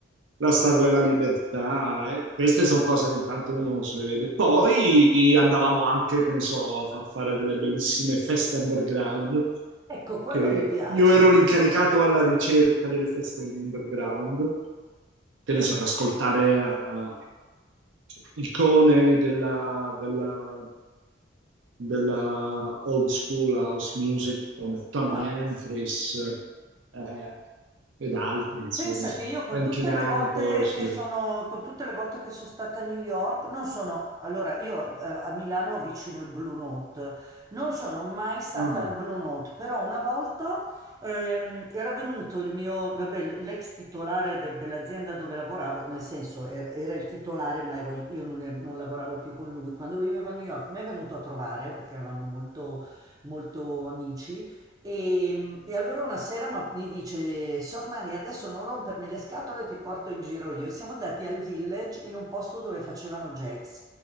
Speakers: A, on the right; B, on the right.
A: la Statua della Libertà, eh. Queste sono cose che intanto uno se le vede. Poi
B: Mm.
A: andavamo anche, che ne so, a fa- fare delle bellissime feste underground
B: Ecco, quello
A: che
B: mi piace.
A: io ero l'incaricato alla ricerca delle feste underground che
B: Grandioso.
A: ne so, ad ascoltare eh, il cone della, della- della old school house music come Tony
B: Ah.
A: Humphries eh, ed altri, insomma,
B: Pensa che io con
A: Frankie
B: tutte
A: Knuckles.
B: le volte che
A: eh.
B: sono, con tutte le volte che sono stata a New York, non sono, allora io eh, a Milano ho vicino il Blue Note, non sono mai stata
A: Ah,
B: al Blue Note, però una volta ehm, era venuto il mio, vabbè, l'ex titolare de- dell'azienda dove lavoravo, nel senso era, era il titolare, ma ero- io non, ero- non lavoravo più con lui, quando vivevo a New York, mi è venuto a trovare perché eravamo molto molto amici. E, e allora una sera ma- mi dice, Sor Mani, adesso non rompermi le scatole, ti porto in giro io. E siamo andati al village in un posto dove facevano jazz.